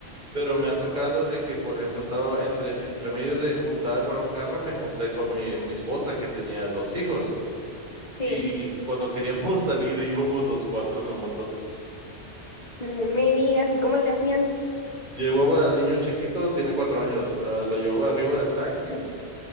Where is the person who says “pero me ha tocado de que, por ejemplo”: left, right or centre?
Right